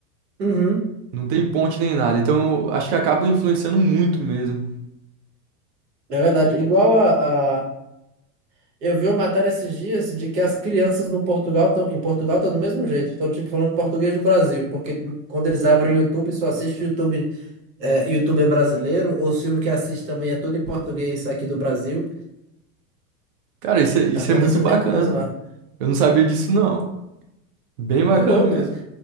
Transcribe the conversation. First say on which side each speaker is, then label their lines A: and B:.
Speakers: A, on the right (about 85°); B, on the right (about 40°).
A: Uhum,
B: Não tem ponte nem nada. Então eu acho que acaba influenciando muito mesmo.
A: é verdade. Igual a, a- Eu vi uma matéria esses dias de que as crianças no Portugal tão, em Portugal estão do mesmo jeito. Estão, tipo, falando português do Brasil. Porque quando eles abrem o YouTube, só assiste YouTube, é, YouTuber brasileiro. Ou o filme que assiste também é tudo em português aqui do Brasil.
B: Cara, isso é, isso
A: Tá acontecendo
B: é muito bacana.
A: a mesma coisa lá.
B: Eu não sabia disso, não. Bem
A: Muito
B: bacana
A: louco,
B: mesmo.
A: né?